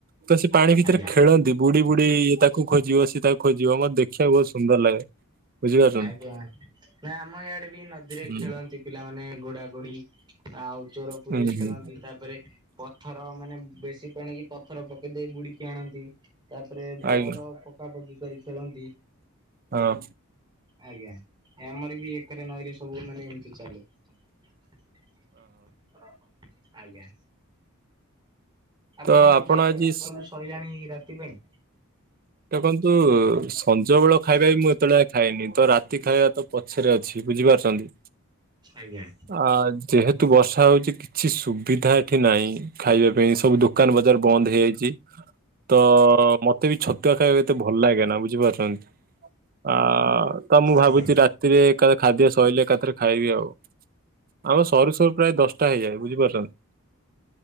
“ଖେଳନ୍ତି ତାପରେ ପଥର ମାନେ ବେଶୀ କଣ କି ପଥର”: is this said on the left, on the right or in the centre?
Right